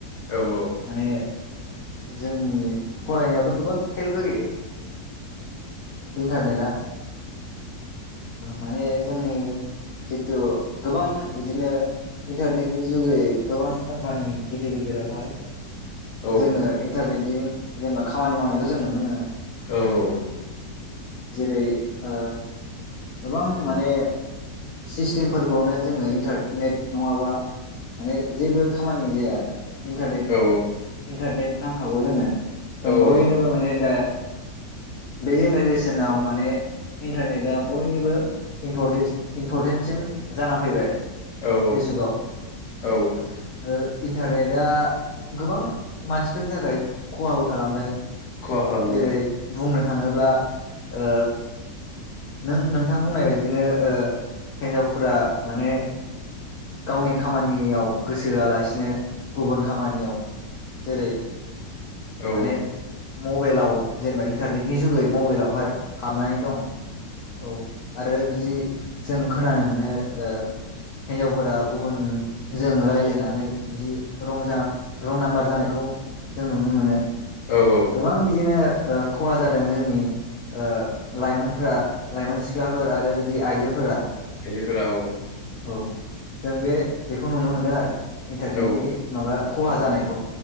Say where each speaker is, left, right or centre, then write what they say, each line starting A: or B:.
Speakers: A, on the left; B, on the left.
A: औ औ।
B: माने जोंनि फरायनायावथ गोबां हेल्प होयो। इन्टारनेटआ। माने जोंनि जिथु गोबां बिदिनो इन्टारनेटनि जुगै गोबां कम्पानि गिदिर गिदिराव हाय
A: औ
B: जोङो इन्टारनेटजों जेनेबा खामानि मावनायखौ जों नुनो मोनो।
A: औ औ।
B: जेरै ओ गोबां माने सिस्टेमफोरखौनो जोङो इन्टारनेट नङाबा माने जेबो खामानि जाया आरो। इन्टारनेट
A: औ
B: इन्टारनेट नांखागौ जोंनो। जों
A: औ औ
B: बयनोबो
A: नंगौ
B: माने दा बे जेनेरेसनाव माने इन्टारनेटआ बयनिबो इमपर इम्परटेन्सिन जानानै फैबाय।
A: औ
B: बे जुगाव
A: औ औ
B: इन्टारनेटआ गोबां मानसिफोरनि थाखाय खहाबो खालामदों।
A: खहा खालामनाङा
B: जेरै
A: औ
B: बुंनो थाङोब्ला ओ नों नोंथां बुंनाय बायदिनो ओ हिन्जावफोरा माने गावनि खामानियाव गोसोआलासिनो गुबुन खामानियाव जेरै
A: औ
B: माने मबाइलाव जेनेबा इन्टारनेटनि जुगै मबाइलावहाय हाबनानै दं। औ आरो बिदि जों खोनानो मोनो ओ हिन्जावफोरा गुबुनजों रायलायनानै बिदि रंजा रं नाम्बार जानायखौ जों नुनो मोनो
A: औ औ
B: गोबां बिदिनो ओ खहा जादों जोंनि ओ लाइमोनफोरा लाइमोन सिख्लाफोर आरो बिदि आइजोफोरा
A: बे फोराव
B: औ जों बे बेखौ नुनो मोनदों आरो इन्टारनेटनि
A: औ
B: माबा खहा जानायखौ